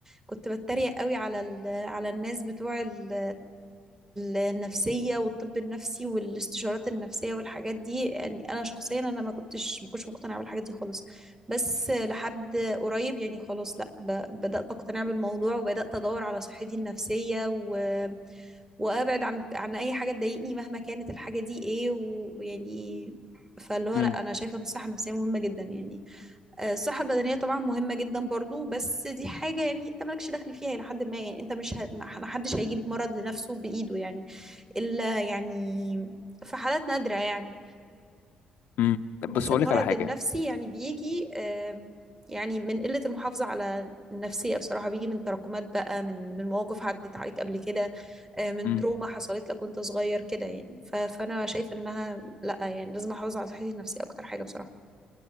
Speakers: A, on the right (about 15°); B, on the left (about 65°).
A: كنت بتريق قوي على ال... على الناس بتوع ال... النفسية والطب النفسي والاستشارات النفسية والحاجات دي يعني أنا شخصيا أنا ما كنتش ما كنتش مقتنعة بالحاجات دي خالص بس لحد قريب يعني خلاص لا ب- بدأت أقتنع بالموضوع وبدأت أدور على صحتي النفسية و وابعد عن عن اي حاجه تضايقني مهما كانت الحاجه دي ايه و- ويعني فاللي هو
B: امم
A: لا انا شايفه ان الصحه النفسيه مهمه جدا يعني آه، الصحه البدنيه طبعا مهمه جدا برضو بس دي حاجه يعني انت مالكش دخل فيها لحد ما يعني انت مش ه... ما حدش هيجيب مرض لنفسه بايده يعني إلا يعني في حالات نادرة يعني
B: امم
A: بس
B: بس اقول
A: المرض
B: لك على حاجه
A: النفسي يعني بيجي آم، يعني من قلة المحافظة على النفسية بصراحة بيجي من تراكمات بقى من من مواقف عدت عليك قبل كده آه، من
B: امم
A: تروما حصلت لك وانت صغير كده يعني ف- فأنا شايف إنها لأ يعني لازم أحافظ على صحتي النفسية أكتر حاجة بصراحة